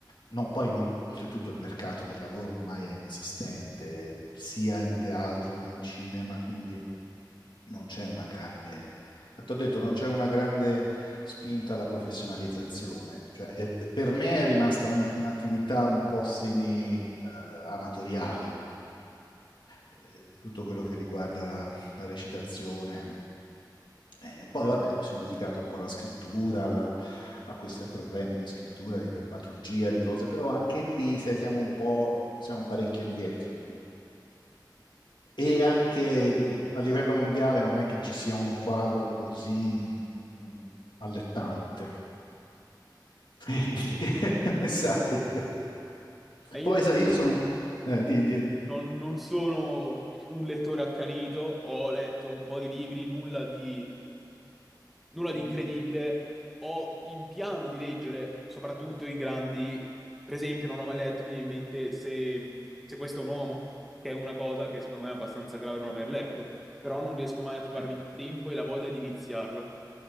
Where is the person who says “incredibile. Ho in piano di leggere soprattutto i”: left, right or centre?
Centre